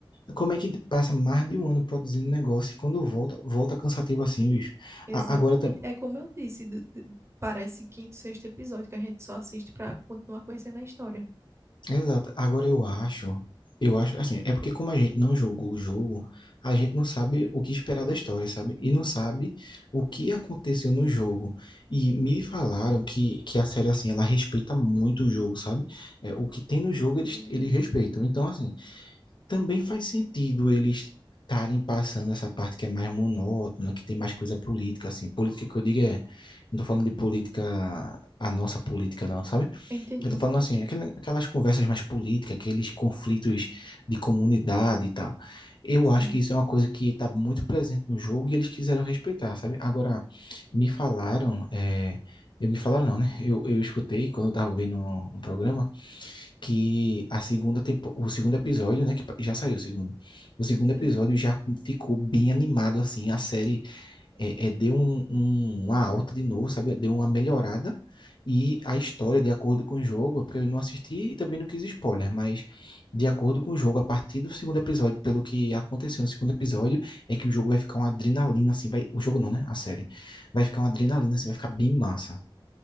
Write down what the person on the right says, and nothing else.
Exatamente.
É como eu disse, do- do- parece quinto, sexto episódio que a gente só assiste pra continuar conhecendo a história.
Entendi.
Entendi.
Sim,
sim.